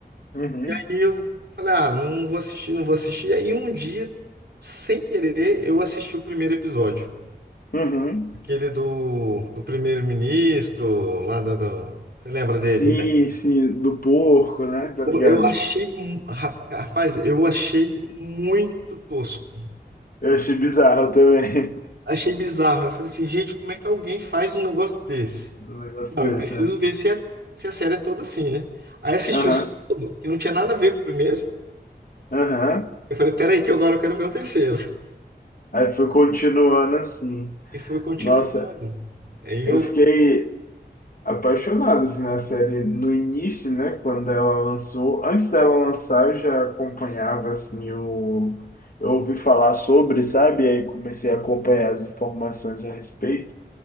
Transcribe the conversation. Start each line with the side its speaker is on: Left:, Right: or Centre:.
Left: uhum,
Right: E eu falei, ah, não vou assistir, não vou assistir. Aí um dia, sem querer, eu assisti o primeiro episódio.
Left: uhum.
Right: Aquele do, do primeiro-ministro, lá da, da- Você lembra dele,
Left: Sim,
Right: né?
Left: sim, do porco, né? Tá
Right: Eu
Left: ligado?
Right: eu achei, mu- rap- rapaz, eu achei muito tosco.
Left: Eu achei bizarro também
Right: Achei bizarro. Eu falei assim, gente, como é que alguém faz um negócio desse?
Left: <laughs> um negócio
Right: Não,
Left: desse,
Right: eu preciso
Left: né?
Right: ver se, é, se a série é toda assim, né? Aí assisti
Left: Aham,
Right: o segundo, que não tinha nada a ver com o primeiro.
Left: aham.
Right: Eu falei, peraí, que agora eu quero ver o terceiro.
Left: Aí foi continuando assim.
Right: E foi continuando.
Left: Nossa,
Right: Aí
Left: eu
Right: eu.
Left: fiquei apaixonado assim, na série no início, né? Quando ela lançou. Antes dela lançar, eu já acompanhava assim o. Eu ouvi falar sobre, sabe? E aí comecei a acompanhar as informações a respeito.